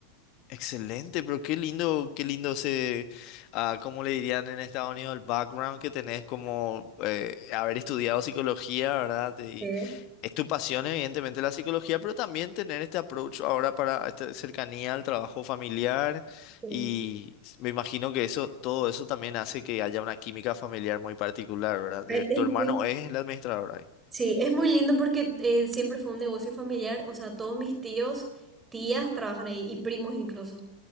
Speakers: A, on the left; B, on the right.
A: Excelente, pero qué lindo, qué lindo ese, ah, ¿cómo le dirían en Estados Unidos el background que tenés como eh, haber estudiado psicología, ¿verdad? Es
B: Sí,
A: tu pasión, evidentemente, la psicología, pero también tener este approach ahora para esta cercanía al trabajo familiar
B: sí.
A: y me imagino que eso, todo eso también hace que haya una química familiar muy particular, ¿verdad? De-
B: Ay,
A: Tu
B: es,
A: hermano es la administradora. ahí.
B: Sí, es muy lindo porque eh, siempre fue un negocio familiar, o sea, todos mis tíos, tías trabajan ahí y primos incluso.